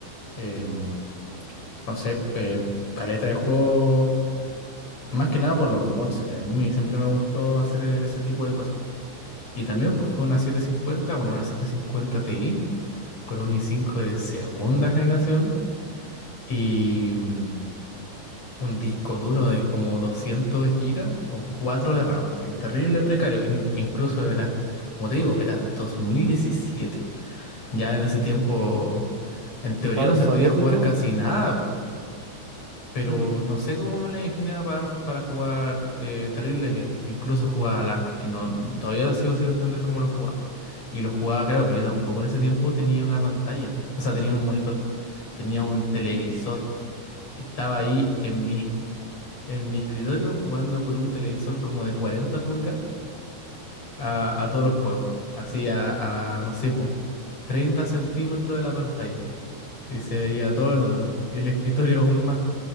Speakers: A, on the left (about 35°); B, on the right (about 90°).
A: em, no sé, eh, caleta de juego. Más que nada por los mods, que a mí siempre me gustó hacer e-, ese tipo de cosas. Y también pues, fue una setecientos cincuenta bueno, una 750 Ti con un i cinco de segunda generación y mm, un disco duro de como 200 gigas con 4 de RAM, así que terrible precario. In- incluso era, como te digo, era dos mil diecisiete Ya en ese tiempo, en teoría
B: Estaba
A: no
B: obsoleto
A: se podía jugar
B: todo,
A: casi
B: po.
A: nada. Pero
B: sí, po.
A: no sé cómo me la ingeniaba para, para jugar eh, terrible bien. Incluso jugaba al Ark, que no, todavía lo sigo sin entender cómo lo jugaba. Y lo jugaba, claro, pero yo tampoco en ese tiempo tenía una pantalla. O sea, tenía un monitor, tenía un televisor. Y estaba ahí en mi, en mi escritorio jugando con un televisor como de 40 pulgas a, a todos los juegos. Así a, a, no sé, po, 30 centímetros de la pantalla. Y se veía todo enorme. Y el escritorio aún más.